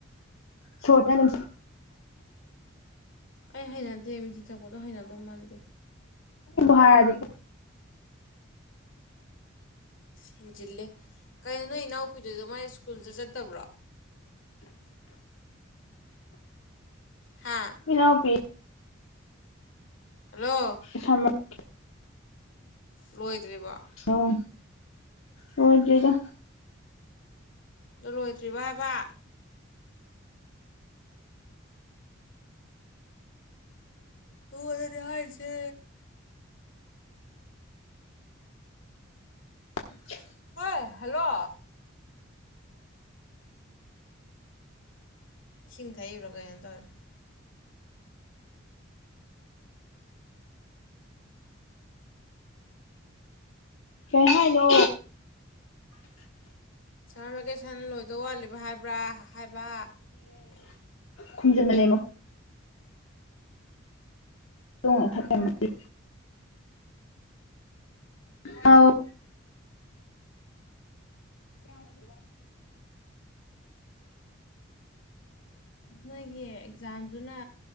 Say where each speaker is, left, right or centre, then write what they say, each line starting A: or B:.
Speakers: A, on the left; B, on the left.
A: ꯁꯣꯇ ꯑꯗꯨ
B: ꯑꯩ ꯍꯩꯅꯗꯦ ꯃꯤꯊꯤ ꯆꯛꯄꯗꯣ ꯍꯩꯅꯗꯧ ꯃꯥꯟꯗꯦ
A: ꯍꯔꯗꯗꯤ
B: ꯍꯤꯟꯖꯤꯜꯂꯦ ꯀꯩꯅꯣ ꯅꯣꯏ ꯏꯅꯥꯎꯄꯤꯗꯨꯁꯨ ꯃꯥꯥꯏ ꯁ꯭ꯀꯨꯜꯗꯨ ꯆꯠꯇꯕ꯭ꯔꯣ ꯍꯥ
A: ꯏꯅꯥꯎ ꯄꯤ
B: ꯍꯜꯂꯣ
A: ꯁꯝꯃꯔ
B: ꯂꯣꯏꯗ꯭ꯔꯤꯕꯣ ꯑꯗꯣ
A: ꯍꯥꯎ ꯂꯣꯏꯗꯔ꯭ꯤꯗ
B: ꯑꯗꯨ ꯂꯣꯏꯗ꯭ꯔꯤꯕ ꯍꯥꯏꯕꯥ ꯅꯥꯉꯣꯟꯗꯅꯦ ꯍꯥꯏꯁꯦ꯫
A: <unintelligible>
B: ꯍꯣꯏ ꯍꯜꯂꯣ ꯏꯁꯤꯡ ꯊꯛꯏꯕꯔꯥ ꯀꯩꯏꯅꯣꯝ ꯇꯧꯔꯦ
A: ꯀꯩ ꯍꯥꯏꯅꯣ
B: ꯁꯃꯔ ꯚꯦꯀꯦꯁꯟ ꯂꯣꯏꯗꯧ ꯋꯥꯠꯂꯤꯕ ꯍꯥꯏꯕ꯭ꯔꯥ ꯍꯥꯏꯕ
A: ꯈꯨꯨꯝꯖꯟ ꯃ ꯂꯩ ꯇꯣꯡ ꯑꯊꯛꯗꯤ ꯎꯧ
B: ꯅꯣꯏꯒꯤ ꯑꯦꯛꯖꯥꯝꯗꯨꯅ